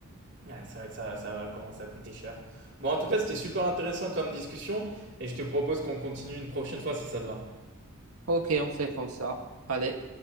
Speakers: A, on the right; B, on the right.
A: Ouais, c'est vrai que ça, ça va commencer à coûter cher. Bon, en tout cas, c'était super intéressant comme discussion et je te propose qu'on continue une prochaine fois si ça te va.
B: Ok, on fait comme ça. Allez.